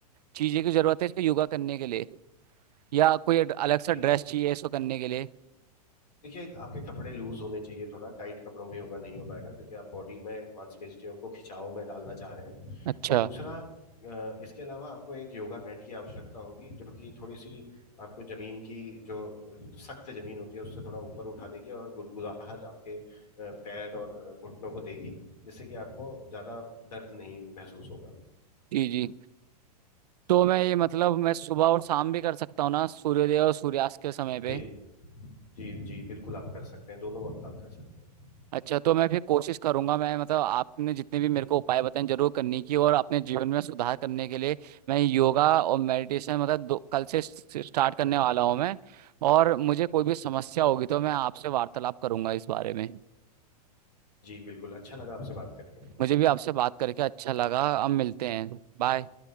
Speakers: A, on the right; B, on the left.
A: चीजें की जरूरत है इसको योगा करने के लिए या कोई अड- अलग सा
B: जी
A: ड्रेस चाहिए इसको करने के लिए
B: देखिए आपके कपड़े लूज होने चाहिए थोड़ा टाइट कपड़ों में योगा नहीं हो पाएगा क्योंकि आप बॉडी में मांसपेशियों को खिंचाव में डालना चाह रहे हैं
A: अच्छा
B: और दूसरा अ, इसके अलावा आपको एक योगा मैट की आवश्यकता होगी जो कि थोड़ी सी आपको जमीन की जो सख्त जमीन होती है उससे थोड़ा ऊपर उठा देगी और गुदगुदाहट आपके अ, पैर और घुटनों को देगी जिससे कि आपको ज्यादा दर्द नहीं महसूस होगा
A: जी जी तो मैं ये मतलब मैं सुबह और शाम भी कर सकता हूँ ना सूर्योदय और सूर्यास्त के समय पे
B: जी जी जी बिल्कुल आप कर सकते हैं दोनों वक्त आप कर सकते हैं
A: अच्छा तो मैं फिर कोशिश करूंगा मैं मतलब आपने जितने भी मेरे को उपाय बताए जरूर करने की और अपने जीवन में सुधार करने के लिए मैं योगा और मेडिटेशन मतलब दो, कल से स्टार्ट करने वाला हूँ मैं और मुझे कोई भी समस्या होगी तो मैं आपसे वार्तालाप करूंगा इस बारे में
B: जी बिल्कुल अच्छा लगा आपसे बात करके
A: मुझे भी आपसे बात करके अच्छा लगा अब मिलते हैं बाय